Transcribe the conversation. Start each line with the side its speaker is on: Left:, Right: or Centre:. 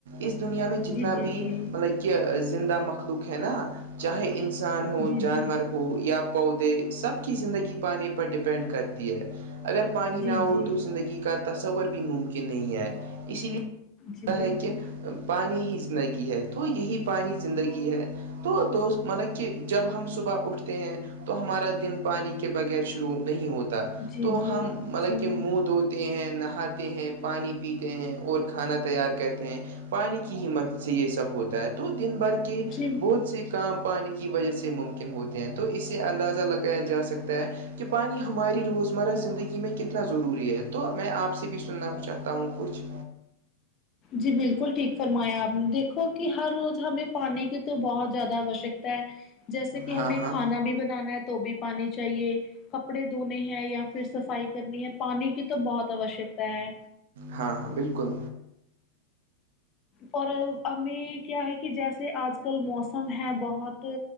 Right: اس دنیا میں جتنا
Left: جی جی
Right: بھی
Left: جی
Right: مطلب کہ زندہ مخلوق ہے نا چاہے انسان ہو
Left: جی
Right: جانور
Left: جی
Right: ہو یا پودے سب کی زندگی پانی پر ڈیپینڈ کرتی ہے اگر پانی
Left: جی
Right: نہ ہو
Left: جی
Right: تو زندگی کا تو تصور بھی ممکن نہیں ہے اس لیے
Left: جی
Right: ہے
Left: بالکل
Right: کہ پانی ہی زندگی ہے تو یہی پانی زندگی ہے تو دوست مطلب کہ جب ہم صبح اٹھتے ہیں تو ہمارا دن پانی کے بغیر شروع نہیں ہوتا
Left: جی
Right: تو
Left: جی
Right: ہم مطلب
Left: جی
Right: کہ منہ د تے ہیں نہاتے ہیں پانی پیتے ہیں اور کھانا تیار کہتے ہیں پانی کی اہمیت سے یہ سب ہوتا ہے تو دن بھر کے
Left: جی
Right: بہت سے کام پانی کی وجہ سے ممکن ہوتے ہیں تو اسے اندازہ لگایا جا سکتا ہے کہ پانی ہماری روزمرہ زندگی میں کتنا ضروری ہے تو میں آپ سے بھی سننا چاہتا ہوں کچھ
Left: جی بالکل ٹھیک فرمایا آپ نے دیکھو کہ ہر روز ہمیں پانی کی تو بہت زیادہ آوشکتا ہے جیسے کہ
Right: ہاں
Left: ہمیں
Right: ہاں
Left: کھانا بھی بنانا ہے تو بھی پانی چاہیے کپڑے دھونے ہیں یا پھر صفائی کرنی ہے پانی کی تو بہت آوشکتا ہے
Right: ہاں ہاں بالکل
Left: اور ہمیں کیا ہے کہ جیسے آج کل موسم ہے بہت تو